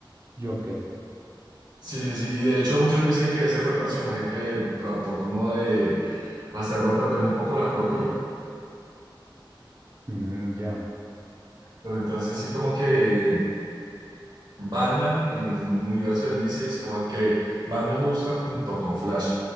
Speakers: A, on the right; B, on the right.
A: Joker.
B: Sí, sí, sí. Y de hecho muchos dicen que ese fue el personaje que trató como de hacerlo perder un poco la cordura.
A: Mm, ya.
B: Pero entonces sí como que Batman en el universo del DC es como el que más me gusta junto con Flash.